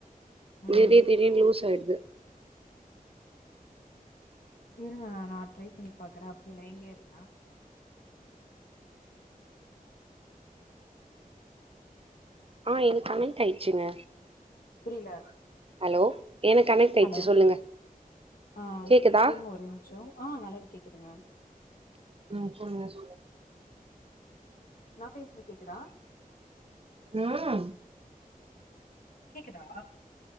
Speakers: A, on the left (about 75°); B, on the right (about 40°).
A: ம்
B: திடீ திடீனு லூஸ் ஆயிடுது
A: இருங்க நா ட்ரை பண்ணி பாக்குற அப்டி லைன்லயே இருங்க
B: ஆ எனக்கு கனெட் ஆயிடுச்சுங்க
A: புரில
B: ஹலோ எனக்கு கனெக்ட் ஆயிடுச்சு
A: ஹலோ
B: சொல்லுங்க
A: ஆ
B: கேக்குதா
A: இருங்க ஒரு நிமிஷோ ஆ நல்லாவே கேக்குதுங்க
B: ம் சொல்லுங்க சொல்
A: நா பேசுது கேக்குதா
B: ம்
A: கேக்குதா